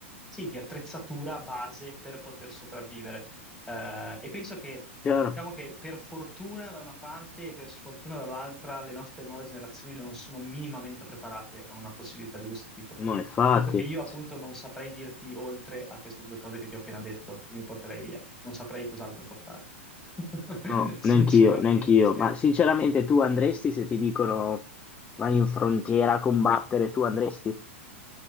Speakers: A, in the centre; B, on the left.
A: sì, di attrezzatura base per poter sopravvivere. Eh, e penso che,
B: chiaro.
A: diciamo che per fortuna da una parte e per sfortuna dall'altra, le nostre nuove generazioni non sono minimamente preparate a una possibilità di questo tipo.
B: No, infatti,
A: Nel senso che io appunto non saprei dirti oltre a queste due cose che ti ho appena detto, che mi porterei via. Non saprei cos'altro portare. <laughs>
B: no,
A: Sinceramente.
B: neanch'io, neanch'io. Ma sinceramente tu andresti se ti dicono vai in frontiera a combattere, tu andresti?